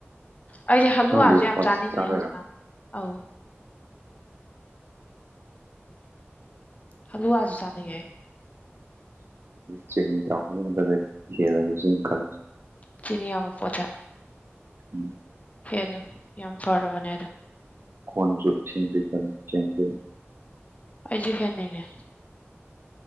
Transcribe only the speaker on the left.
ꯑꯩꯁꯦ ꯍꯜꯂꯨ
ꯍꯥꯕꯁꯦ ꯌꯥꯝ
ꯆꯥꯅꯤꯡꯉꯦ
ꯍꯧꯖꯤꯛꯀꯥꯟ ꯑꯧ ꯍꯜꯂꯨꯋꯥꯁꯨ ꯆꯥꯅꯤꯉ
ꯆꯅꯤ ꯌꯥꯕ ꯄꯣꯠꯇꯦ
ꯍꯦꯜꯂꯨ ꯌꯥꯝ ꯐꯔꯕꯅꯦ ꯑꯗꯣ
ꯑꯩꯖꯤ ꯐꯅꯤꯉꯦ